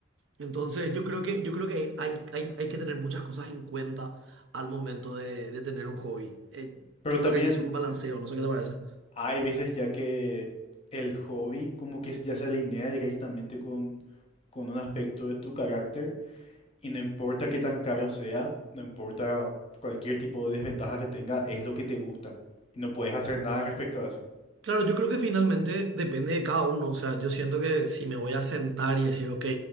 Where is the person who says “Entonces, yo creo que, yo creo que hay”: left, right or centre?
Right